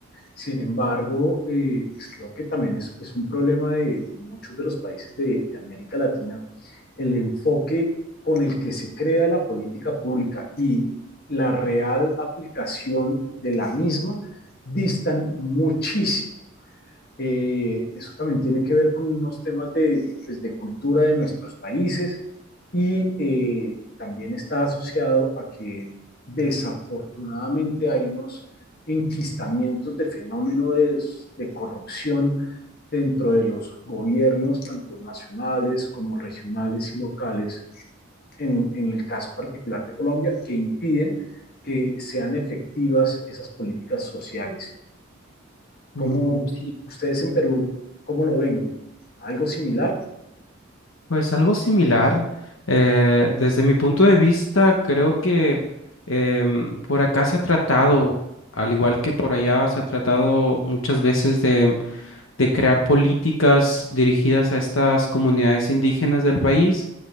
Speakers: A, on the left (about 50°); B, on the left (about 75°).
A: Sin embargo, eh, pues creo que también es, es un problema de, de muchos de los países de, de América Latina, el enfoque con el que se crea la política pública y la real aplicación de la misma distan muchísimo. Eh, eso también tiene que ver con unos temas de, pues, de cultura de nuestros países y eh, también está asociado a que desafortunadamente hay unos enquistamientos de fenómeno de, de corrupción dentro de los gobiernos, tanto nacionales como regionales y locales, en, en el caso particular de Colombia, que impiden que sean efectivas esas políticas sociales. ¿Cómo
B: Mm, Sí,
A: ustedes en Perú, cómo lo ven? ¿Algo similar?
B: pues algo similar. Eh, desde mi punto de vista, creo que em, por acá se ha tratado, al igual que por allá, se ha tratado muchas veces de, de crear políticas dirigidas a estas comunidades indígenas del país.